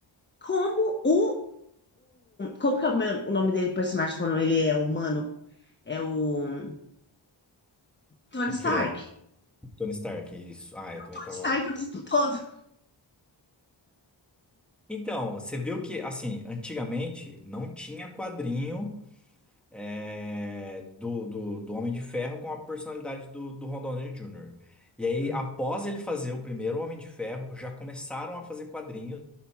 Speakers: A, on the left; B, in the centre.
A: como o, como que é o, meu- o nome dele, personagem, quando ele é humano? É o Tony
B: O
A: Stark.
B: quê? Tony Stark, é isso. Ah, eu também
A: Tony
B: tava.
A: Stark o tempo todo.
B: Então, você viu que, assim, antigamente não tinha quadrinho é, do, do, do Homem de Ferro com a personalidade do, do Ron Downey Jr. E aí,
A: Hum.
B: após ele fazer o primeiro Homem de Ferro, já começaram a fazer quadrinhos